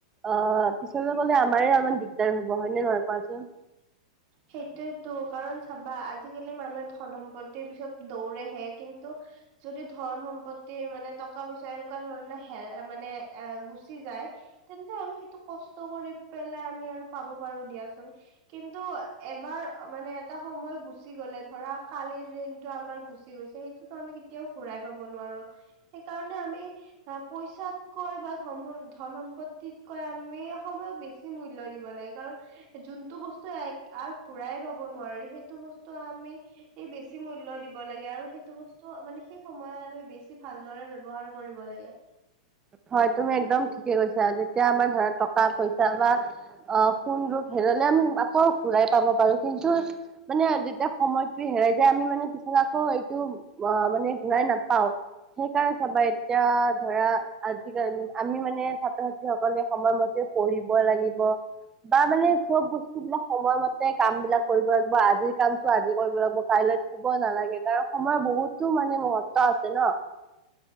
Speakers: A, on the right; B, on the right.
A: অহ পিছলৈ গলে আমাৰে অলপমান দিগদাৰ হ'ব হয় নে নহয় কোৱাচোন!
B: সেইটোৱেতো কাৰণ চাবা আজিকালি মানুহে ধন সম্পত্তিৰ পিছত দৌৰেহে কিন্তু যদি ধন সম্পত্তি মানে টকা পইচা এনেকুৱা ধৰণৰ হে মানে এ গুচি যায়। তেন্তে আমি সেইটো কষ্ট কৰি পেলাই আমি আৰু পাব পাৰো দিয়াচোন, কিন্তু এবাৰ মানে এটা সময় গুচি গলে ধৰা কালিৰ দিনটো আমাৰ গুচি গৈছে সেইটোতো আমি কেতিয়াও ঘূৰাই পাব নোৱাৰোঁ। সেইকাৰণে আমি পইচাতকৈ বা ধন ধন সম্পদ তিতকৈ আমি সময়ক বেছি মূল্য দিব লাগে কাৰণ যোনটো বস্তু আৰু ঘূৰাই পাব নোৱাৰি সেইটো বস্তু আমি এই বেছি মূল্য দিব লাগে আৰু সেইটো বস্তু মানে সেই সময়ত আমি বেছি ভালদৰে ব্যৱহাৰ কৰিব লাগে।
A: হয় তুমি একদম ঠিকে কৈছা, যেতিয়া আমাৰ ধৰা টকা পইচা বা অহ সোণ ৰূপ হেৰুৱালে আমি আকৌ ঘূৰাই পাব পাৰো। কিন্তু মানে যেতিয়া সময়টো হেৰাই যায় আমি মানে পিছত আকৌ এইটো অহ মানে ঘূৰাই নাপাওঁ, সেইকাৰণে চাবা এতিয়া ধৰা আজিকালি আমি মানে ছাত্ৰ ছাত্ৰীসকলে সময়মতে পঢ়িব লাগিব। বা মানে চ'ব বস্তু বিলাক সময়মতে কাম বিলাক কৰিব লাগিব, আজিৰ কামটো আজি কৰিব লাগিব কাইলৈ হ'ব নালাগে, কাৰণ সময়ৰ বহুতো মানে মহত্ব আছে ন।